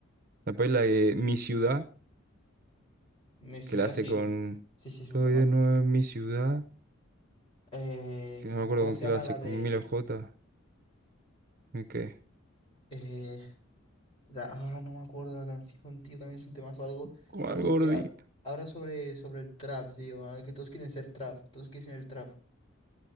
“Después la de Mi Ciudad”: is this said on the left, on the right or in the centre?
Right